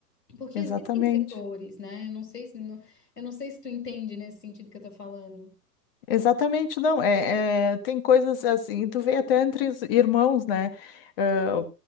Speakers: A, on the left (about 75°); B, on the left (about 35°).
A: Porque
B: Exatamente.
A: existem setores, né? Eu não sei se não, eu não sei se tu entende nesse sentido que eu tô falando.
B: Exatamente, não. É, é- tem coisas assim, tu vê até entre os irmãos, né? ah,